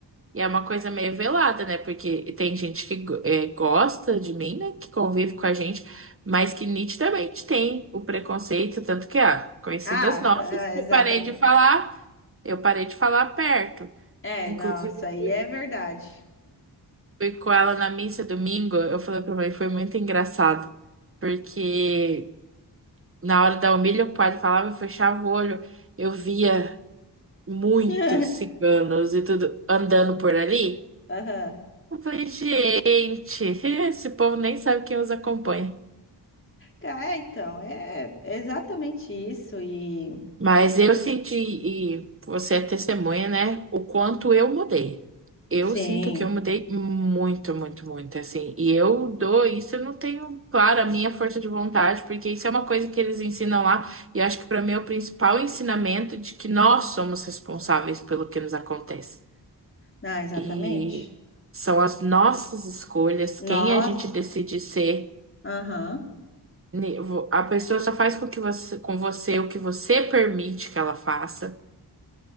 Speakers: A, on the right; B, on the left.
A: e é uma coisa meio velada, né? Porque tem gente que go- é, gosta de mim, né? Que convive com a gente, mas que nitidamente tem o preconceito, tanto que, ah, conhecidas
B: Ah,
A: nossas,
B: é,
A: que
B: exatamente.
A: eu parei de falar, eu parei de falar perto.
B: É,
A: Inclusive,
B: não, isso aí
A: fui,
B: é verdade.
A: fui com ela na missa domingo, eu falei pra mãe, foi muito engraçado, porque na hora da humilha o padre falava, eu fechava o olho, eu via. muitos
B: <laughs>
A: ciganos e tudo andando por ali.
B: Aham.
A: Eu falei, gente, <laughs> esse povo nem sabe quem os acompanha.
B: Ca- É, então, é é exatamente isso. E
A: Mas eu senti, e você é testemunha, né? O quanto eu mudei. Eu
B: sim,
A: sinto que eu mudei muito, muito, muito, assim. E eu dou isso, eu não tenho, claro, a minha força de vontade, porque isso é uma coisa que eles ensinam lá. E acho que para mim é o principal ensinamento de que nós somos responsáveis pelo que nos acontece.
B: ah, exatamente.
A: E são as nossas escolhas, quem
B: Nós,
A: a gente decide ser.
B: aham.
A: Ne- vo- A pessoa só faz com que você, com você o que você permite que ela faça.